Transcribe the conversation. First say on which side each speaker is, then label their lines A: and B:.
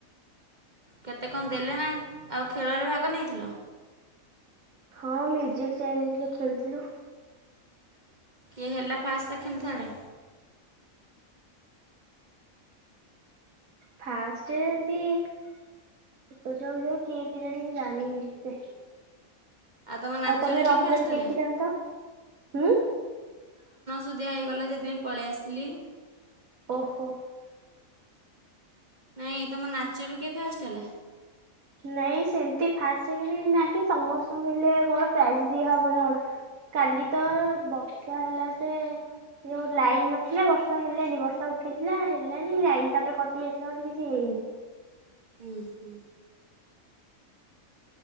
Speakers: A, on the right; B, on the right.
A: କେତେ କଣ ଦେଲେ ନା, ଆଉ ଖେଳରେ ଭାଗ ନେଇଥିଲ?
B: ହଁ ମ୍ୟୁଜିକ ଚ୍ୟାଲେଞ୍ଜରେ ଖେଳୁଥିଲୁ।
A: କିଏ ହେଲା ଫାଷ୍ଟ, ସେକେଣ୍ଡ, ଥାର୍ଡ଼?
B: ଫାଷ୍ଟ ଏମିତି ଛୋଟ ଛୁଆ ଯେଉଁ କିଏ କେଜାଣି ମୁଁ ଜାଣିନି ଠିକ୍ ସେ।
A: ଆଉ ତମ ନାଚରୁ
B: ତମେ
A: କିଏ
B: ରହିଲନି
A: ଫାଷ୍ଟ ହେଲା?
B: ଦେଖିଥାନ୍ତ ହୁଁ
A: ସୁଧିଆ ହେଇଗଲା ଯେଥିପାଇଁ ପଳେଇ ଆସିଲି।
B: ଓହୋ।
A: ନାଇଁ ତମ ନାଚରୁ କିଏ ଫାଷ୍ଟ ହେଲା?
B: ନାଇଁ ସେମିତି ଫାଷ୍ଟ ସେକନ ନାହିଁ। ସମସ୍ତଙ୍କୁ ହେଲେ କଣ ପ୍ରାଇଜ ଦିଆହବନା କଣ। କାଲି ତ ବର୍ଷା ହେଲା ସେ ଯୋଉ ଲାଇନ ନଥିଲା ବର୍ଷା ହେଲାନି ବର୍ଷା ଉଠେଇଥିଲା ହେଲାନି ଲାଇନ ତାପରେ କଟି ଯାଇଥିଲା ବୋଲି କିଛି ହେଇନି।
A: ଉୁଁ ହୁଁ।